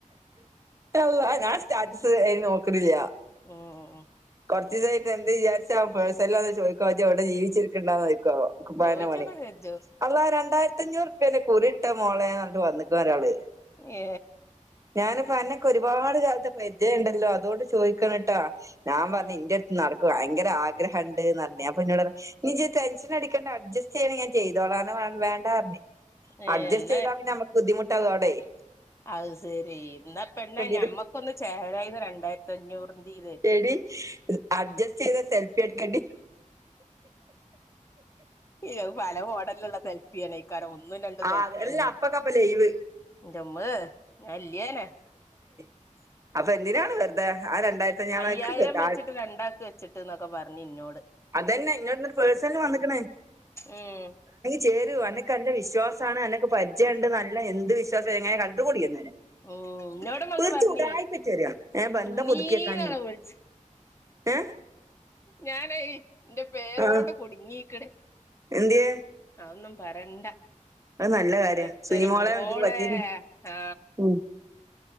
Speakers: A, on the right (about 25°); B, on the left (about 20°).
A: അള്ളാഹ് ഞാൻ സ്റ്റാറ്റ്സ് അയ്ന് നോക്ക്ണില്ല
B: ഉം
A: കൊർച്ച് ദിവസയിട്ട് എന്ത് വിചാരിച്ചാവം പേഴ്സനല് വന്ന് ചോയ്ക്കോവം ജ് എവ്ടെ ജീവി ച്ചിരിക്ക്ണ്ടാന്ന് ചോയ്ക്കോവോ അപ്പൊ
B: ചോയിച്ചൊക്കെ
A: അയെന്നെ മണി
B: ചോദിച്ചു
A: അള്ളാ രണ്ടായിരത്തഅഞ്ഞൂറ് പിന്നെ കുറിട്ട മോളെ ന്നർഞ്ഞിട്ട് വന്ന്ക്ക ഒരാള്
B: ഏ
A: ഞാനിപ്പോ അന്നെക്കെ ഒരുപാട് കാൽത്ത പരിചയം ണ്ടല്ലോ അതുകൊണ്ട് ചോദിക്കാണ് ട്ടാ ഞാൻ പർഞ്
B: ആ
A: ഇന്റെ നടക്കുവ ഭയങ്കര ആഗ്രഹംണ്ട്ന്ന് ർഞ് അപ്പൊ ന്നോട്റിയ നി ജ് ടെൻഷൻ അടിക്കണ്ട അഡ്ജസ്റ്റ് ചെയ്യണെങ്കി ഞാൻ ചെയ്തോളാർഞ് ഞ്ഞാ വാൻ വേണ്ടാർഞ്ഞു
B: ഏ
A: അഡ്ജസ്റ്റ്
B: എന്നാ
A: ചെയ്താ പിന്നെ മ്മക്ക് ബുദ്ധിമുട്ടാവു അവ്ടെയ്
B: അത് ശെരി ന്ന പെണ്ണെ ഞമ്മക്കൊന്ന്
A: വരും
B: ചേരായ്ന്ന് രണ്ടായിരത്തി അഞ്ഞൂറിന്റീത്
A: എടീ അഡ്ജസ്റ്റ് ചെയ്ത സെൽഫിട്ക്കെടി
B: അത് പല മോഡലുള്ള സെൽ പ്പി അനെയ്ക്കാരം ഒന്നും രണ്ടും
A: ആ
B: സെൽപ്പിന്നും അല്ല
A: അപ്പക്കപ്പ ലൈവ്
B: ന്റെമ്മ് ഞ്ഞാല്യേനെ
A: <inaudible> അപ്പന്തിനാണ് വെർതെ ആ രണ്ടായ്രത്ത ഞ്ഞാമ
B: അയ്യായിരം
A: ൻക്ക് തന്നാളി
B: വെച്ചിട്ട് രണ്ടാക്ക് വെച്ചിട്ട് എന്നൊക്കെ പറഞ്ഞ് ഇന്നോട്
A: അതന്നെ ഇന്നോട്ന്ന്ട്ട് പേഴ്സൻല് വന്ന്ക്ക്ണ്
B: ഉം
A: ചേരൂ അന്നെക്കെല്ല വിശ്വാസാണ് അന്നക്ക് പരിചയണ്ട് നല്ല എന്ത് വിശ്വാസ എങ്ങനെ കണ്ടുകൂടില്ലന്നെ
B: ഉം ഇന്നോടും വന്ന്
A: വെർതെ
B: പറഞ്ഞ്
A: ഉടായ്പ്പേറ്റ് വെര ഏ ബന്ധം
B: സുനീന്നാണ്
A: പുതുക്കിയക്കാനെയ്
B: വിളിച്ച്
A: ഏ
B: ഞാനയ് ന്റെവീ
A: ആഹ്
B: കുട്ങ്ങീക്ക്ണ്
A: എൻന്ത്യാ
B: അതൊന്നും പറണ്ട
A: നല്ല
B: ഓരോര്ത്തര്
A: കാര്യ സുനിമോളെ
B: മോളെ
A: വിളിച്ചിട്ട് പറ്റിയിട്ട്
B: ആ
A: ഉം